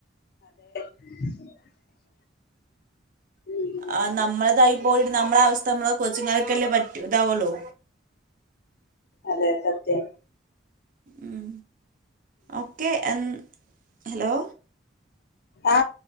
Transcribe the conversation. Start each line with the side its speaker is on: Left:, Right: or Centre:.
Left: <inaudible> ഉം
Right: ആ നമ്മളതായി പോയി നമ്മളെ അവസ്ഥ നമ്മള കൊച്ചിങ്ങർക്കല്ലേ പറ്റു ഇതാവുള്ളോ
Left: അതെ സത്യം
Right: ഉം ഓക്കെ എൻ ഹലോ
Left: ആ